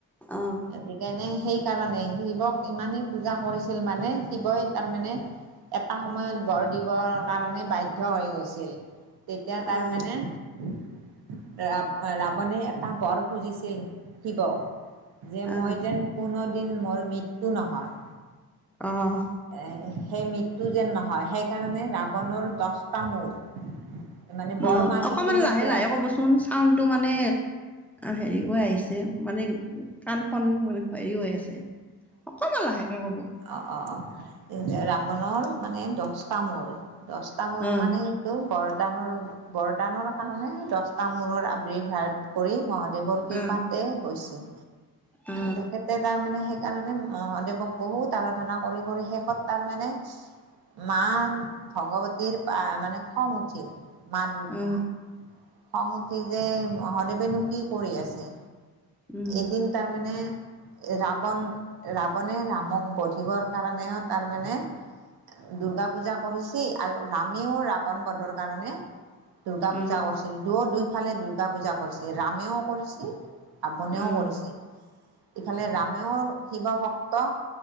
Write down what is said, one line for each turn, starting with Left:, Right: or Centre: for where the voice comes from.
Centre: অ'।
Right: গতিকেনে সেইকাৰণে শিৱক ইমানেই পূজা কৰিছিল মানে, শিৱই তাৰমানে এটা সময়ত বৰ দিবৰ কাৰণে বাধ্য হৈ গৈছিল। তেতিয়া তাৰ
Centre: অ
Right: মানে ৰাব ৰাৱণে এটা বৰ খুজিছিল শিৱক যে মই
Centre: অ
Right: যেন কোনো দিন মোৰ মৃত্যু নহয়।
Centre: অঁহ।
Right: এহ সেই মৃত্যু যেন নহয় সেইকাৰণে ৰাৱণৰ দছটা মূৰ। মানে বৰ
Centre: অ,
Right: মাগি
Centre: অকমান
Right: কিনে
Centre: লাহে
Right: পোৱা
Centre: লাহে ক'বচো চোন চাউণ্ডটো মানে হেৰি কৰি আহিছে মানে কাণখন হেৰি হৈ আছেই, অকমান লাহেকে ক'ব।
Right: অ'-অ'-অ', ৰাৱণৰ মানে দছটা মূৰ, দছটা মূৰ
Centre: অ
Right: মানে তটো বৰদানৰ -বৰদানৰ কাৰণে দছটা মূৰৰ আৰ্ৱিভাৱ কৰি মহাদেৱৰ কৃপাতে
Centre: অ
Right: হৈছিল।
Centre: অ
Right: তেখেতে তাৰমানে তাৰমানে মহাদেৱক বহুত আৰাধনা কৰি কৰি শেষত তাৰ মানে মা ভগৱতীৰ মানে খং উঠিল। মা দুৰ্গা।
Centre: অ
Right: খঙ উঠি যে মহাদেৱেনো কি কৰি আছে?
Centre: উম
Right: এদিন তাৰমানে ৰাৱণ ৰাৱণে ৰামক বধিবৰ কাৰণেও তাৰমানে দুৰ্গা পূজা কৰিছে আৰু ৰামেও ৰাৱণ বধৰ কাৰণে দুৰ্গা
Centre: অ
Right: পূজা কৰিছিল। দুয়ো দুইফালে দুৰ্গা পূজা কৰিছিল। ৰামেও কৰিছিল ৰাৱণেও
Centre: অ
Right: কৰিছিল। ইফালে ৰামেও শিৱ ভক্ত